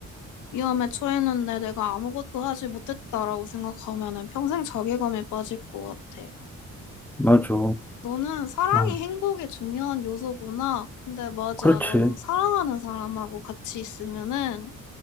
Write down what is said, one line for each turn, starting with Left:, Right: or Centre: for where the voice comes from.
Left: 위험에 처했는데 내가 아무것도 하지 못했다라고 생각하면은 평생 자괴감에 빠질 것 같아.
Centre: 맞아.
Left: 너는 사랑이
Centre: 아,
Left: 행복의 중요한 요소구나. 근데 맞아.
Centre: 그렇지.
Left: 나도 사랑하는 사람하고 같이 있으면은